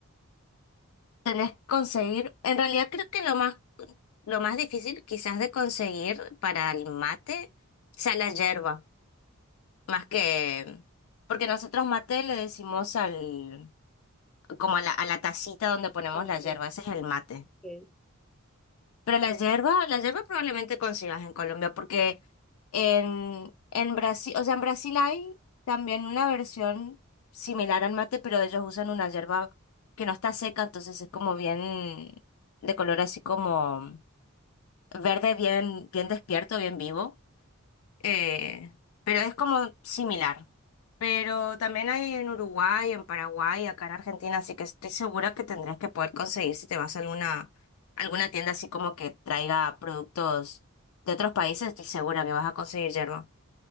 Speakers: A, on the left; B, in the centre.
A: Tenés que conseguir, en realidad creo que lo más, lo más difícil quizás de conseguir para el mate sea la yerba. Más que, porque nosotros mate le decimos al, como a la, a la tacita donde ponemos
B: Ah, Ok,
A: la yerba, ese es el mate.
B: ok.
A: Pero la yerba, la yerba probablemente consigas en Colombia, porque en, en Brasil, o sea, en Brasil hay también una versión similar al mate, pero ellos usan una yerba que no está seca, entonces es como bien, de color así como verde, bien, bien despierto, bien vivo. eh, pero es como similar. Pero también hay en Uruguay, en Paraguay, acá en Argentina, así que estoy segura que tendrás que poder conseguir si te vas a alguna, alguna tienda así como que traiga productos de otros países, estoy segura que vas a conseguir yerba.